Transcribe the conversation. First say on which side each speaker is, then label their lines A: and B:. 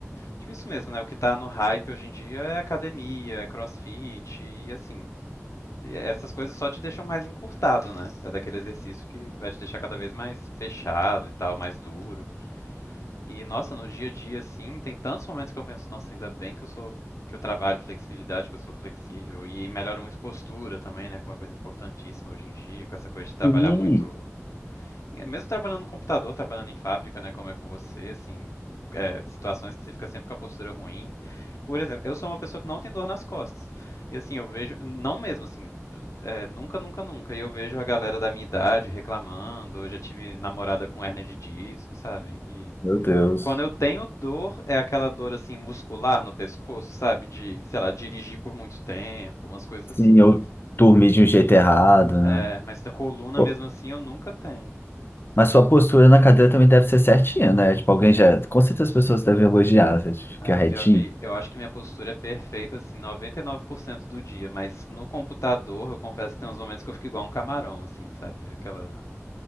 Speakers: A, on the left; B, on the left.
A: Tipo isso mesmo, né? O que tá no hype hoje em dia é academia, é crossfit e assim, essas coisas só te deixam mais encurtado, né? É daquele exercício que vai te deixar cada vez mais fechado e tal, mais duro. E nossa, no dia a dia assim, tem tantos momentos que eu penso, nossa, ainda bem que eu sou que eu trabalho flexibilidade, que eu sou flexível e melhora muito postura também, né, que é uma coisa importantíssima hoje em dia, com essa coisa de trabalhar
B: Sim,
A: muito é, Mesmo trabalhando no computador, trabalhando em fábrica, né, como é com você, assim, é, situações que você fica sempre com a postura ruim. Por exemplo, eu sou uma pessoa que não tem dor nas costas. E assim, eu vejo, não mesmo assim, é, nunca, nunca, nunca. E eu vejo a galera da minha idade reclamando, eu já tive namorada com hérnia de disco, sabe? E
B: meu Deus.
A: quando eu tenho dor, é aquela dor assim muscular no pescoço, sabe? De, sei lá, dirigir por muito tempo, umas coisas
B: Sim,
A: assim.
B: eu dormi de um jeito errado,
A: É,
B: né?
A: mas da coluna
B: Pô,
A: mesmo assim eu nunca tenho.
B: Mas sua postura na cadeira também deve ser certinha, né? Tipo, alguém já. Com certeza as pessoas devem elogiar, você fica
A: Ai,
B: retinho.
A: pior que eu acho que minha postura é perfeita, assim, 99% do dia, mas no computador eu confesso que tem uns momentos que eu fico igual um camarão, assim, sabe? Aquela.